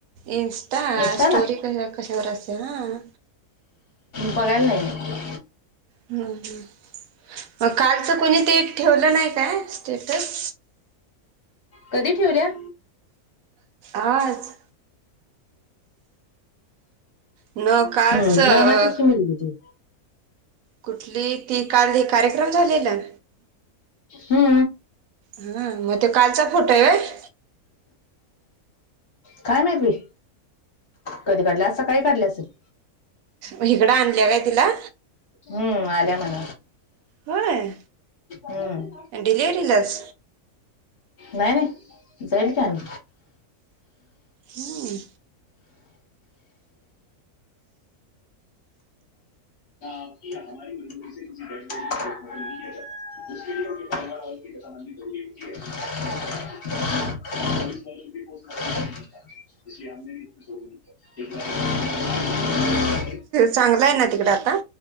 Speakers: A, on the right (about 70°); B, on the left (about 45°).
A: इंस्टा‌
B: इन्स्टाला
A: स्टोरी कशावर असत्या हां.
B: बघायला नाही मी.
A: हम हम, मग कालच कोणी ते, ठेवलं नाही काय स्टेटस.
B: कधी ठेवल्या.
A: आज. न कालच
B: हम.
A: अ,
B: मामाचीच की मुलगी ती,
A: कुठली ती काल हे कार्यक्रम झालेलं.
B: हम.
A: हं, मग तो कालचा फोटो हायं होय.
B: काय माहीत बाई कदी काढल्या, आज सकाळी काढली असलं.
A: हिकडं आणल्या. काय तिला,
B: हम्म, आल्या म्हण.
A: होय
B: हम्म
A: डिलिव्हरीलाच
B: नाही नाही जाईल की आणि,
A: हम्म.
B: <unintelligible> <unintelligible> <unintelligible>
A: चांगलं आहे ना तिकडं आता,